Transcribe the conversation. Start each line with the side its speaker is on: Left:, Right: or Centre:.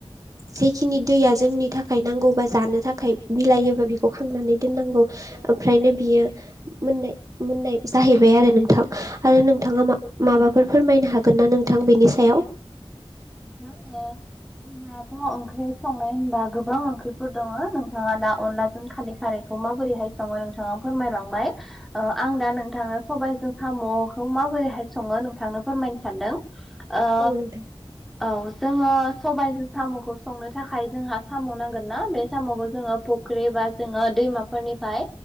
Right: जिखिनि दैया जोंनि थाखाय नांगौ बा जानो थाखाय बिलायोबा बेखौ खांनानै दोननांगौ ओमफ्रायनो बियो मोननाय मोननाय जाहैबाय आरो नोंथां। आरो
Centre: औ
Right: नोंथाङा मा-माबाफोर फोरमायनो हागोन ना नोंथां बेनि सायाव?
Centre: नंगौ ओ जोंहाथ' ओंख्रि संनाय होनबा गोबां ओंख्रिफोर दंङ नोंथांङा दा अनलाजों खारै खारै माबोरैहाय संङो नोंथांङा फोरमायलांबाय ओ आं दा नोंथांनो सबाइजों साम'खौ मा बोरैहाय संङो नोंथांनो फोरमायनो सानदों ओ
Right: औ नोंथां
Centre: औ जोङो सबायजों साम'खौ संनो थाखाय जोंहा साम' नांगोन ना बे साम'खौ जों फुख्रि बा जोंङो दैमाफोरनिफ्राय